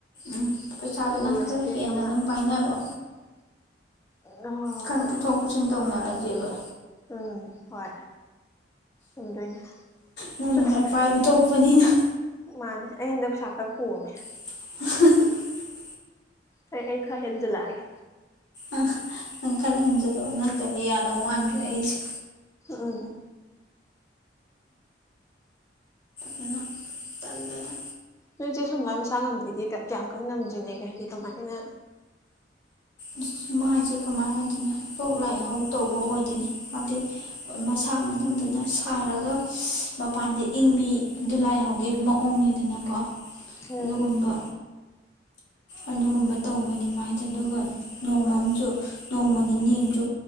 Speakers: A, on the left (about 75°); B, on the left (about 15°).
A: ꯎꯝ ꯄꯩꯁꯥꯗꯣ
B: ꯑꯗꯨꯒ
A: ꯅꯪ ꯈꯔ
B: ꯏꯁꯄꯦꯛ
A: ꯍꯦꯟꯅ
B: ꯑꯃ
A: ꯑꯗꯨꯝ ꯄꯥꯏꯅꯔꯣ
B: ꯍꯣꯏ ꯍꯣꯏ
A: ꯈꯔ
B: ꯍꯣꯏ
A: ꯄꯨꯊꯣꯛ ꯄꯨꯁꯤꯟ ꯇꯧꯅꯔ ꯒꯦꯕ
B: ꯎꯝ ꯍꯣꯏ ꯆꯨꯝꯗꯣꯏꯅꯦ
A: ꯅꯪꯅ
B: ꯆ
A: ꯈꯔ
B: ꯁ
A: ꯄꯥꯏꯕ ꯊꯣꯛꯄꯅꯤꯅ
B: ꯃꯥꯅꯦ ꯑꯩ ꯍꯟꯗꯛ ꯄꯩꯁꯥ <unintelligible>
A: <inaudible>
B: ꯑꯩ ꯑꯩ ꯈ ꯍꯦꯟꯖꯟ ꯂꯥꯛꯑꯒꯦ
A: ꯑ ꯅꯪ ꯈꯔ ꯍꯦꯟꯖꯤꯟꯂꯣ ꯅꯠꯇ꯭ꯔꯗꯤ ꯌꯥꯗꯧ ꯃꯥꯟꯗ꯭ꯔꯦ ꯑꯩꯁꯦ
B: ꯎꯝ
A: ꯖꯅ ꯇꯜꯂꯦꯗ
B: ꯅꯣꯏꯁꯦ ꯁꯨꯝꯒꯥꯟ ꯃꯁꯥ ꯉꯝꯗꯦꯗꯤ ꯀ ꯀꯌꯥꯝ ꯀꯟ ꯉꯝꯗ꯭ꯔꯤꯅꯦꯒ ꯍꯥꯏꯗꯤ ꯀꯃꯥꯏꯅ
A: ꯑ ꯃꯥꯏꯁꯦ ꯀꯃꯥꯏ ꯍꯥꯏꯗꯣꯏꯅꯣ ꯂꯣꯛ ꯂꯥꯏꯍꯧ ꯇꯧꯕ ꯑꯣꯏꯗꯣꯏꯅꯦ ꯍꯥꯏꯗꯤ ꯃꯁꯥ ꯃꯅꯨꯡꯗꯅ ꯁꯥꯔꯒ ꯏ꯭ꯁ ꯃꯄꯥꯟꯗ ꯏꯪꯕꯤ ꯗꯨ ꯂꯥꯏꯍꯧꯒꯤ ꯃꯑꯣꯡꯅꯤꯗꯅꯀꯣ
B: ꯎꯝ
A: ꯑꯗꯨꯒꯨꯝꯕ ꯑꯗꯨꯒꯨꯝꯕ ꯇꯧꯕꯅꯤ ꯃꯥꯏꯖꯦ ꯑꯗꯨꯒ ꯅꯣꯡꯃꯝꯁꯨ ꯅꯣꯡꯃ ꯅꯤꯅꯦ ꯑꯝꯁꯨ